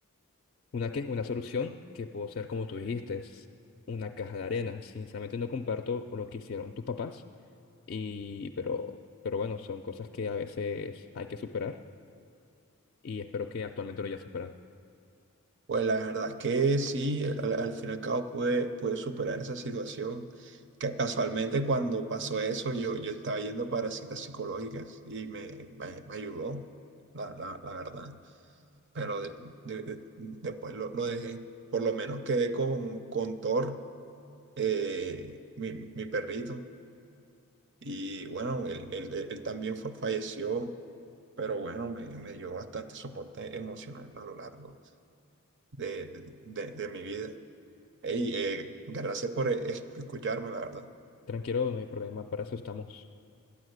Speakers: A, on the left; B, on the right.
A: ¿Una qué? Una solución que puede ser, como tú dijiste, es una caja de arena. Sinceramente no comparto lo que hicieron tus papás, y, pero, pero bueno, son cosas que a veces hay que superar y espero que actualmente lo hayas superado.
B: Pues la verdad es que sí, al, al fin y al cabo pude, pude superar esa situación. Ca- Casualmente cuando pasó eso, yo, yo estaba yendo para citas psicológicas y me, me, me ayudó, la, la, la verdad. pero de- de- de- después lo, lo dejé. Por lo menos quedé con, con Thor, eh, mi, mi perrito. Y bueno, él, él- él- él también fa- falleció, pero bueno, me, me dio bastante soporte emocional a lo largo de, de, de- de mi vida. Ey, eh, gracias por eh, escucharme, la verdad.
A: Tranquilo, no hay problema, para eso estamos.